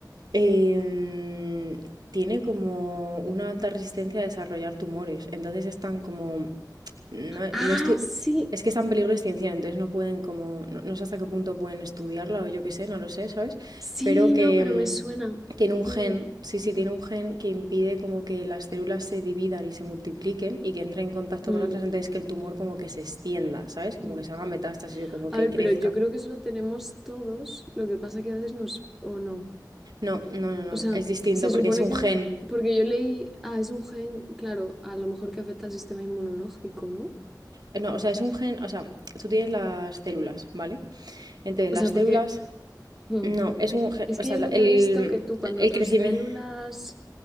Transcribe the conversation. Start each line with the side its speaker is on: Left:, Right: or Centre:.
Right: em, tiene como una alta resistencia a desarrollar tumores. Entonces están como no,
Centre: Ah,
Right: no estu-
Centre: sí,
Right: es que está en peligro de extinción, entonces no pueden como, no, no sé hasta qué punto pueden estudiarla o yo qué sé, no lo sé, ¿sabes?
Centre: sí,
Right: Pero que
Centre: no, pero
Right: mm,
Centre: me suena.
Right: tiene un gen,
Centre: Mm,
Right: sí, sí, tiene un gen que impide como que las células se dividan y se multipliquen y que entren en contacto
Centre: mm,
Right: con otras, entonces que el tumor como que se extienda, ¿sabes? Como
Centre: mm.
Right: que se haga metástasis o como que
Centre: A ver,
Right: crezca.
Centre: pero yo creo que eso lo tenemos todos, lo que pasa que a veces nos... o no.
Right: No, no, no, no,
Centre: O sea,
Right: es distinto
Centre: se
Right: porque
Centre: supone
Right: es un
Centre: que...
Right: gen.
Centre: n- Porque yo leí, ah, es un gen, claro, a lo mejor que afecta al sistema inmunológico, ¿no?
Right: Eh, No, o sea, es un gen, o sea, tú tienes las células, ¿vale? Entonces
Centre: O
Right: las
Centre: sea,
Right: células,
Centre: porque hmm,
Right: no, es un gen,
Centre: es
Right: o
Centre: que
Right: sea,
Centre: yo
Right: la-
Centre: lo
Right: el,
Centre: que he visto que tú cuando
Right: el
Centre: tus
Right: crecimiento...
Centre: células,